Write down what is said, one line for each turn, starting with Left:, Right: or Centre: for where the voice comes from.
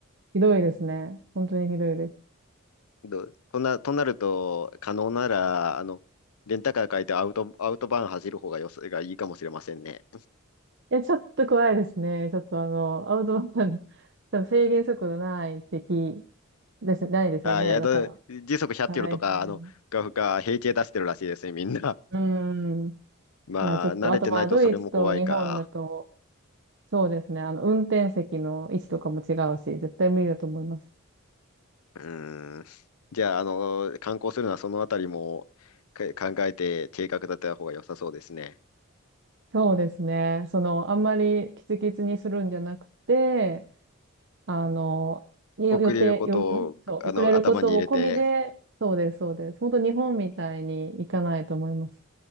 Right: ひどいですね。本当にひどいです。い
Left: <laughs> ど、とな、となると、可能なら、あの、レンタカー借りてアウト、アウトバーン走る方がよす、がいいかもしれませんね。
Right: や、ちょっと怖いですね。ちょっとあの、アウトバーン、<laughs> 多分制限速度ないってき、です、ないですよね。
Left: あー、いや、
Right: だから、
Left: ど時速100キロとか、
Right: 大変。
Left: あの、が、が、平気で出してるらしいですね、みんな。
Right: うーん。
Left: <laughs> まあ、
Right: いや、ちょっと、
Left: 慣れてないとそれも怖いか。
Right: あとまあ、ドイツと日本だと、そうですね。あの、運転席の位置とかも違うし、絶対無理だと思います。
Left: うーん。じゃあ、あの、観光するのはそのあたりもか考えて計画立てた方が良さそうですね。
Right: そうですね。その、あんまりキツキツにするんじゃなくて、あの、よ予定、
Left: 遅れることを、
Right: よ、んそう、
Left: あの、
Right: 遅れることを込みで、
Left: 頭に入れて、
Right: そうです、そうです。本当日本みたいに行かないと思います。